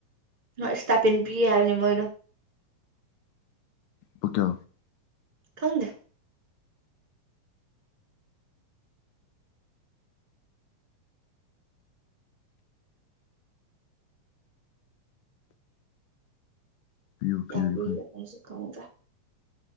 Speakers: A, on the right; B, on the left.
A: ꯍꯣꯏ ꯏꯁꯇꯥꯄꯤꯟ ꯄꯤ ꯍꯥꯏꯕꯅꯤ ꯃꯣꯏꯅꯣ
B: ꯄꯀꯣ
A: ꯈꯪꯗꯦ
B: ꯄꯤꯌꯨ
A: ꯀꯌꯥꯦ
B: ꯄꯤꯔꯗꯤ ꯐꯩ
A: <unintelligible> ꯀꯧꯗ꯭ꯔꯥ